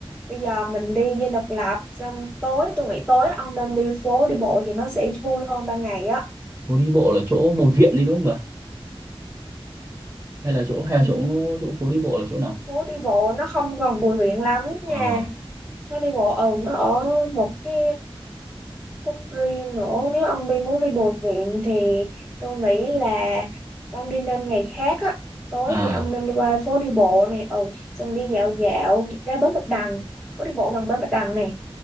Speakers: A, in the centre; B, on the right.
A: Bây giờ mình đi Dinh Độc Lập xong tối tôi nghĩ tối ông nên đi phố đi bộ thì nó sẽ vui hơn ban ngày á.
B: phố đi bộ là chỗ Bùi Viện đi đúng không ạ? Hay là chỗ hay
A: Ừ.
B: là chỗ chỗ phố đi bộ là chỗ nào?
A: phố đi bộ nó không còn Bùi Viện lắm nha
B: Ờ.
A: nó đi bộ ở nó ở một cái khúc riêng nữa nếu ông đi muốn đi Bùi Viện thì tôi nghĩ là ông đi nên ngày khác á tối
B: À,
A: thì ông nên đi qua phố đi bộ này ừ xong đi dạo dạo ra bến Bạch Đằng phố đi bộ gần bến Bạch Đằng này